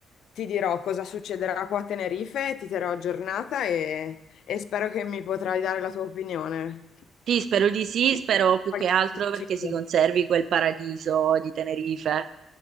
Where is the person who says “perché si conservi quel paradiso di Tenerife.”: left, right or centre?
Right